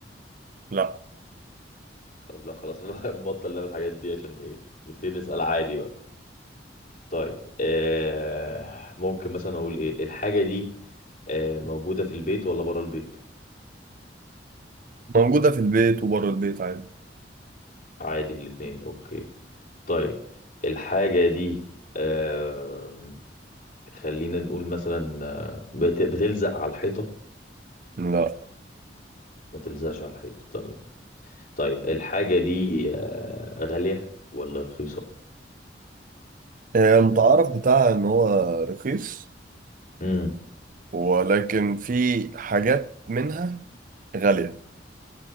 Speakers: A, on the right (about 45°); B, on the left (about 45°).
A: لا
B: طب لا خلاص <laughs> نبطل نعمل الحاجات دي عشان ايه نبتدي نسأل عادي بقى طيب آه ممكن مثلا اقول ايه الحاجة دي آه موجودة في البيت ولا برا البيت
A: موجودة في البيت وبره البيت عادي
B: عادي الاتنين اوكي طيب الحاجة دي آه خلينا نقول مثلا آه، بت بتلزق على الحيطة
A: لا
B: ما تلزقش على الحيطة تمام طيب الحاجة دي آه غالية ولا رخيصة
A: آه، المتعارف بتاعها ان هو رخيص
B: امم
A: ولكن في حاجات منها غالية